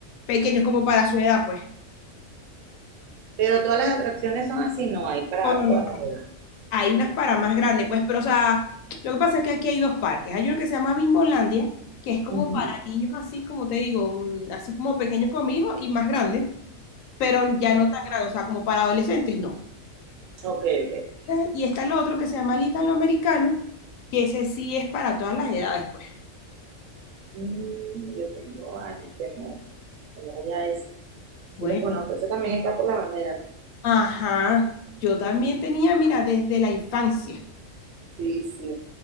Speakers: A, on the left (about 80°); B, on the right (about 75°).
A: pequeños como para su edad, pues.
B: Pero todas las atracciones son así, no hay para
A: No, no, no,
B: todas las edades.
A: Hay unas para más grandes, pues, pero o sea, lo que pasa es que aquí hay dos parques. Hay uno que se llama Bimbolandia, que es como
B: ujú,
A: para niños así, como te digo, mm, así como pequeños como mi hijo y más grandes, pero ya no tan grandes, o sea, como para adolescentes, no.
B: Ok, ok. ok.
A: Eh, Y está el otro que se llama Little Americano, que ese sí es para todas las edades, pues.
B: Mm, yo tengo años que no, que no voy a eso.
A: Bueno,
B: Sí los conozco, eso también está por la bandera, ¿no?
A: Ajá, yo también tenía, mira, desde la infancia.
B: Sí, sí.